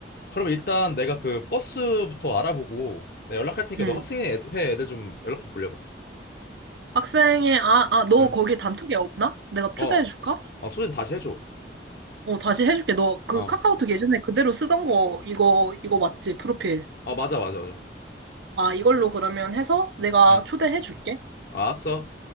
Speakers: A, on the left; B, on the right.
A: 그럼 일단 내가 그 버스부터 알아보고, 내가 연락할 테니까
B: 응.
A: 너 학생회 애들- 회 애들 좀 연락 좀 돌려봐.
B: 학생의, 아, 아, 너
A: 응.
B: 거기 단톡에 없나? 내가
A: 어.
B: 초대해줄까?
A: 어 소진 다시 해줘.
B: 어, 다시 해줄게. 너 그
A: 어.
B: 카카오톡 예전에 그대로 쓰던 거, 이거, 이거 맞지? 프로필.
A: 어 맞아, 맞아, 맞아.
B: 아, 이걸로 그러면 해서 내가
A: 응.
B: 초대해줄게.
A: 아, 알았어.